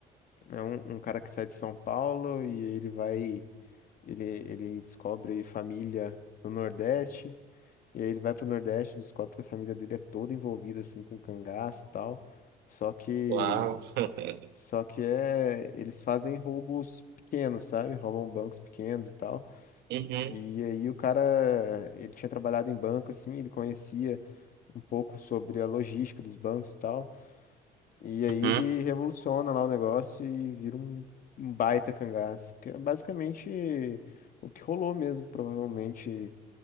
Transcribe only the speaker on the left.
é um, um cara que sai de São Paulo e aí ele vai. Ele, ele descobre família no Nordeste. E aí ele vai pro Nordeste e descobre que a família dele é toda envolvida assim com cangaço e tal. Só que.
Só que é. Eles fazem roubos pequenos, sabe? Roubam bancos pequenos e tal.
E aí o cara. Ele tinha trabalhado em banco, assim, ele conhecia. um pouco sobre a logística dos bancos e tal. E aí
ele revoluciona lá o negócio e vira um, um baita cangaço, que é basicamente o que rolou mesmo, provavelmente,